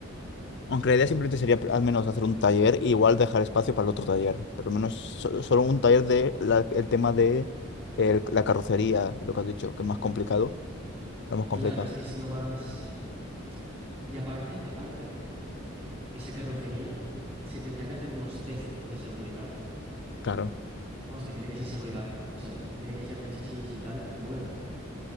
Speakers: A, on the left; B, on the right.
A: Aunque la idea simplemente sería pr- al menos hacer un taller y igual dejar espacio para el otro taller, pero al menos so- solo un taller de la- el tema de el- la carrocería, lo que has dicho, que es más complicado, lo hemos complicado.
B: Claro, es que es lo más... Y aparte, aparte, esa carrocería se tendrá que hacer unos test de seguridad.
A: Claro.
B: Vamos, que tiene que ser seguridad. O sea, tiene que ser un chasis y tal. Bueno,